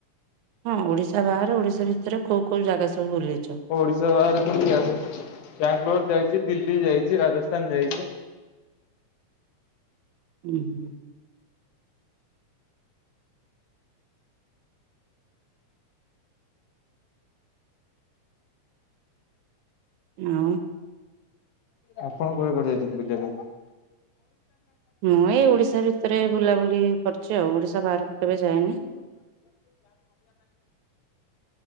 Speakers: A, on the right; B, on the left.
A: ହଁ ଓଡ଼ିଶା ବାହାରେ ଓଡିଶା ଭିତରେ କୋଉ କୋଉ ଜାଗା ସବୁ? ବୁଲିଛ?
B: ଓଡ଼ିଶା ବାହାରେ ବାଙ୍ଗାଲୋର ଯାଇଛି ଦିଲ୍ଲୀ ଯାଇଛି ରାଜସ୍ଥାନ ଯାଇଛି।
A: ହୁଁ ହୁଁ। ଆଉ।
B: ଆପଣ କୁଆଡ଼େ କୁଆଡ଼େ ଯାଇଛନ୍ତି ବୁଲିବା ପାଇଁ? <unintelligible>
A: ମୁଁ ଏଇ ଓଡିଶା ଭିତରେ ବୁଲାବୁଲି କରିଛି ଆଉ ଓଡିଶା ବାହାରକୁ କେବେ ଯାଇନି।